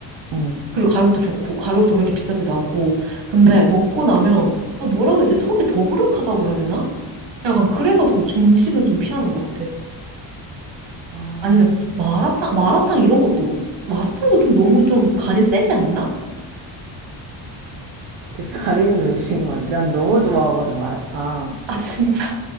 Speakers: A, on the right; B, on the right.
A: 어.
B: 그리고 가격도 좋고 가격도 그렇게 비싸지도 않고. 근데 먹고 나면 아 뭐라 그러지? 속이 더부룩하다고 해야 되나? 약간 그래가지고 중식은 좀 피하는 것 같아.
A: 아,
B: 아니면 마라탕, 마라탕 이런 것도 마라탕도 좀 너무 좀 간이 세지 않나?
A: 되게 가리는 음식이 많네. 난 너무 좋아하거든, 마라탕.
B: 아 진짜?